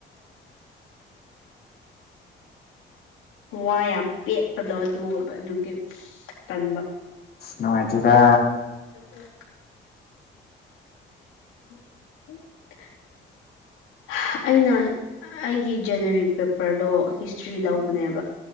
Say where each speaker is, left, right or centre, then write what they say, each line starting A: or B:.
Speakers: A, on the left; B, on the left.
A: <inaudible>
B: ꯋꯥ ꯌꯥꯝ ꯄꯦꯠꯄꯗꯣ ꯑꯗꯨ ꯑꯣꯏꯕ ꯑꯗꯨꯒꯤ ꯇꯟꯕ
A: ꯅꯨꯡꯉꯥꯏꯇꯦꯗꯥ
B: <unintelligible> <unintelligible>
A: <inaudible>
B: ꯍ ꯑꯩꯅ ꯑꯩꯒꯤ ꯖꯦꯅꯦꯔꯤꯛ ꯄꯦꯄꯔꯗꯣ ꯍꯤꯁꯇ꯭ꯔꯤ ꯂꯧꯕꯅꯦꯕ